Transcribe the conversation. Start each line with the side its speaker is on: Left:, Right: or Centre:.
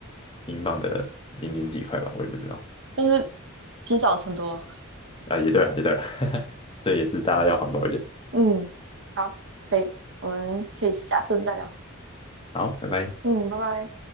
Left: 英镑的零点几块吧，我也不知道
Right: 就是积少成多啊。
Left: 啊，也对啊，也对啊，<laughs> 所以也是大家要环保一点。
Right: 嗯，好，可以，我们可以下次再聊。
Left: 好，拜拜。
Right: 嗯，拜拜。